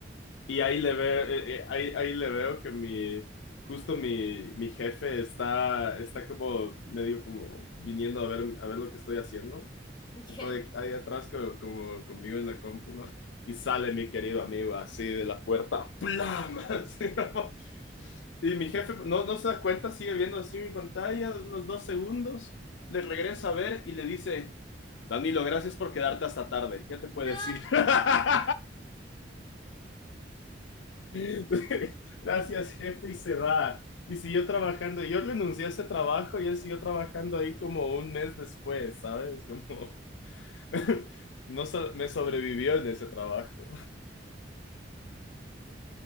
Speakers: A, on the left; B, on the left.
A: Y ahí le veo, eh, eh, ahí, ahí le veo que mi, justo mi, mi jefe está, está como medio como viniendo a ver, a ver lo que estoy haciendo.
B: <laughs>
A: Está de-
B: ¿Ya?
A: ahí atrás co- como, conmigo en la compu, ¿no? Y sale mi querido amigo así de la puerta, ¡plam! <laughs> Así, ¿no? Y mi jefe no, no se da cuenta, sigue viendo así mi pantalla unos dos segundos, le regresa a ver y le dice, Danilo, gracias por quedarte hasta tarde, ya te puedes
B: ¡No!
A: ir. <laughs> <laughs> Gracias, jefe, y se va. Y siguió trabajando. Yo renuncié a ese trabajo y él siguió trabajando ahí como un mes después, ¿sabes? Como <laughs> no so- me sobrevivió en ese trabajo.